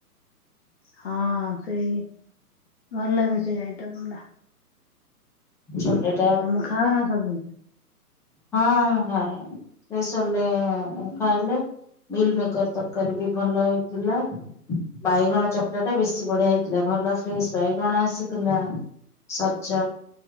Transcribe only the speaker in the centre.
ଚୋଲେପ।
ହଁ ମୁଁ ଖାଏ ସେ ସୋଲେ ମୁଁ ଖାଇଲେ। ମିଲ୍ ମେକର ତରକାରୀ ବି ଭଲ ହେଇଥିଲା। ବାଇଗଣ ଚକ୍ର ଟା ବେଶୀ ବଢିଆ ହେଇଥିଲା ଭଲ ଫ୍ରେଶ ବାଇଗଣ ଆସିଥିଲା। ସଜ